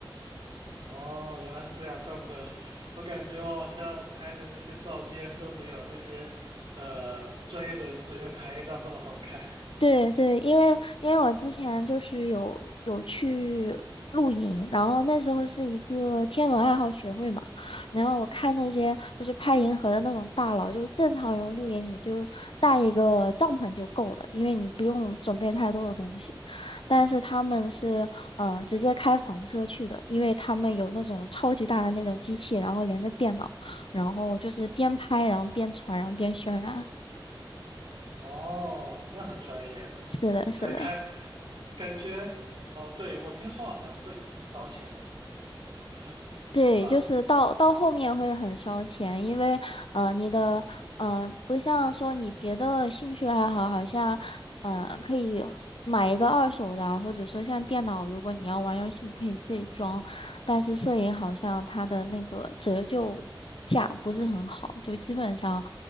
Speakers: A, on the right; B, on the left.
A: <laughs> 哦，原来是这样，怪不得我感觉我好像拍的那些照片都没有那些呃专业的人随便拍一张这么好看。<laughs>
B: 对对，因为因为我之前就是有有去露营，然后那时候是一个天文爱好学会嘛，然后我看那些就是拍银河的那种大佬，就正常人露营你就带一个帐篷就够了，因为你不用准备太多的东西。但是他们是嗯、呃直接开房车去的，因为他们有那种超级大的那种机器，然后连着电脑，然后就是边拍然后边传，然后边渲染。
A: 哦，那很专业啊，
B: 是的，是的。
A: 还开，感觉，哦，对，我听说好像摄影很烧钱来着，<laughs> 是是吧？
B: 对，就是到到后面会很烧钱，因为呃，你的嗯、呃不像说你别的兴趣爱好，好像嗯、呃可以买一个二手的啊或者说像电脑，如果你要玩游戏，你可以自己装。但是摄影好像它的那个折旧价不是很好，就基本上